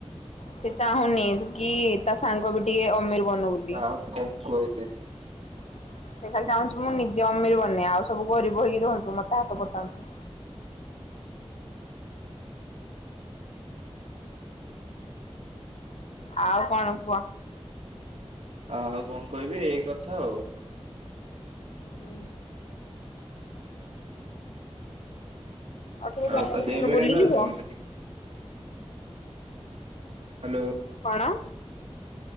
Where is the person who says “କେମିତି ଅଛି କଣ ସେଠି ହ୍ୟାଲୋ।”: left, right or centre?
Right